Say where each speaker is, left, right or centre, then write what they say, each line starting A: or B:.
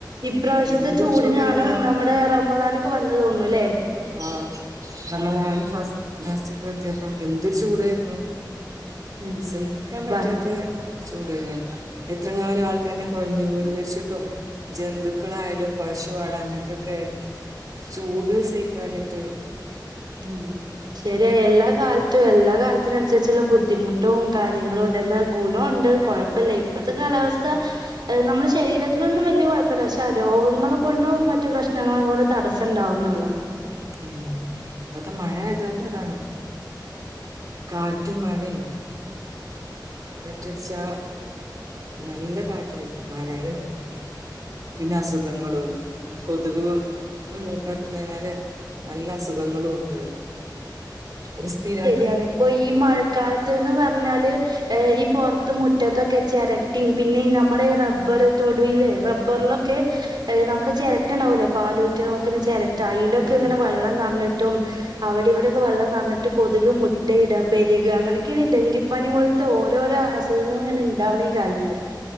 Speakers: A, on the right (about 65°); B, on the right (about 50°).
A: ഇപ്രാവശ്യത്തെ
B: എന്തൊരു
A: ചൂടിനാണ്
B: ചൂടായിരുന്നു
A: നമ്മുടെ റമളാനോക്കെ വന്നു തോന്നൂണു ല്ലേ
B: ആ റമളാൻ ഫസ് ലാസ്റ്റക്ക എത്തിയപ്പോകെ എന്തൊരു ചൂടായിരുന്നു.
A: ഉം
B: സഹിക്കാൻ പറ്റാത്ത
A: ബ
B: ചൂട് യിര്ന്നു എത്രങ്ങാനും ആൾക്കാരനെ കുഴഞ്ഞു വീണ് മരിച്ചിട്ടും ജന്തുക്കളായാലും പശു ആട് അങ്ങനത്തൊക്കെ ചൂട് സ കാഞ്ഞിട്ട്
A: ഉം ശരിയ എല്ലാ കാ റ്റ് എല്ലാ കാലത്തിന് അനുസരിച്ചുള്ള ബുദ്ധിമുട്ടും കാര്യങ്ങളും ഉണ്ടെന്ന ഗുണണ്ട് കുഴപ്പല്ല ഇപ്പത്തെ കാലാവസ്ഥ
B: ഉം.
A: ഏഹ് നമ്മള് ശരീരത്തിനൊന്നും വല്ല്യ കുഴപ്പല്ല പക്ഷെ രോഗങ്ങളെ കൊണ്ടും മറ്റു പ്രശ്നങ്ങളെ കൊണ്ട് തടസ്സണ്ടാവുന്നുള്ളു.
B: ഉം ഇപ്പത്തെ മഴ <unintelligible> താണ് കാറ്റും മഴയും കാറ്റടച്ചാ നല്ല പി കാറ്റായിരിക്കും <unintelligible> പിന്നെ അസുഖങ്ങളും കൊതുക് <unintelligible> <unintelligible> നല്ല അസുഖങ്ങളും ഉണ്ട് ഒരു സ്ഥിരായി
A: യ ഇപ്പോ ഈ മഴക്കാലത്ത്ന്ന് പറഞ്ഞാല് ഈ പോർത്ത് മുറ്റത്ത് ചെരട്ടിം പിന്നെ നമ്മടെ ബ്ബറ് തൊടുല് റബ്ബർലൊക്കെ നമ്മടെ ചെരട്ട ഉണ്ടാവൂല്ലേ പാലൂറ്റാം വെക്ക്ണേ ചെര ടൈലൊക്കെ
B: ഉം,
A: ഇങ്ങനെ
B: ഉം.
A: വെള്ളം നെർഞ്ട്ടും അവിടെ <unintelligible> വെള്ളം നെറഞ്ഞിട്ട് കൊതുക് മുട്ടയിടാ പെരുകാ അങ്ങനൊക്കെയാണ് ഡെങ്കിപ്പനി പോലത്തെ ഓരോരോ അ അസുഖങ്ങള് ഇങ്ങനെ ഇണ്ടാവ്നെക്കാരം ത്ത്